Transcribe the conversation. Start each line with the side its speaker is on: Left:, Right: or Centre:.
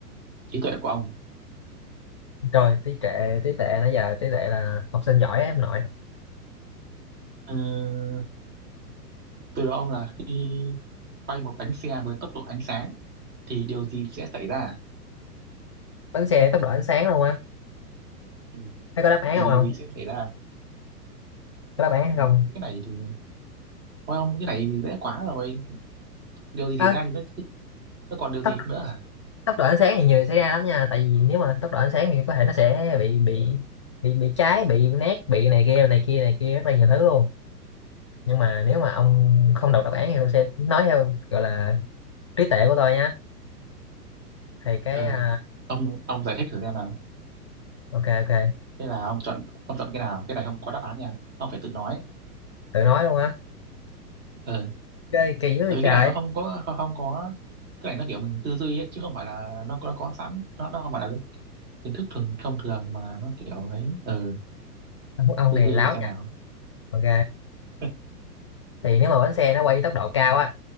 Right: trí tuệ của ông
Left: Rồi, tí trệ, tí tệ nãy giờ tí tệ là học sinh giỏi ấy, ông nội.
Right: ừ, từ đó ông là khi quay một bánh xe với tốc độ ánh sáng thì điều gì sẽ xảy ra
Left: bánh xe tốc độ ánh sáng luôn á
Right: Ừ.
Left: thấy có đáp án
Right: thì
Left: không
Right: điều
Left: không
Right: gì sẽ xảy ra
Left: có đáp án hay
Right: Ừ,
Left: không
Right: cái này thì thôi ông cái này thì dễ quá rồi điều gì xảy
Left: à,
Right: ra thì nó nó còn điều
Left: tốc
Right: gì được nữa à
Left: tốc độ ánh sáng thì nhiều điều xảy ra lắm nha tại vì nếu mà tốc độ ánh sáng thì có thể nó sẽ bị bị bị bị cháy bị nát bị này kia này kia này kia rất là nhiều thứ luôn nhưng mà nếu mà ông không đọc đáp án thì tôi sẽ nói theo gọi là trí tuệ của tôi nhá thì cái
Right: ờ
Left: à,
Right: ông ông giải thích thử xem nào
Left: ok ok
Right: thế là ông chọn ông chọn cái nào cái này không có đáp án nha ông phải tự nói
Left: tự nói luôn á
Right: ờ
Left: chơi kỳ dữ vậy
Right: tại vì
Left: trời
Right: cái này nó không có không, không có cái này nó kiểu mình tư duy ấy, chứ không phải là nó có- nó có sẵn nó nó không phải là kiến thức thường thông thường mà nó kiểu ấy ờ
Left: ông ông
Right: tư
Left: này
Right: duy
Left: láo
Right: thử xem
Left: nha
Right: nào
Left: ok
Right: <laughs>
Left: thì nếu mà bánh xe nó quay tốc độ cao á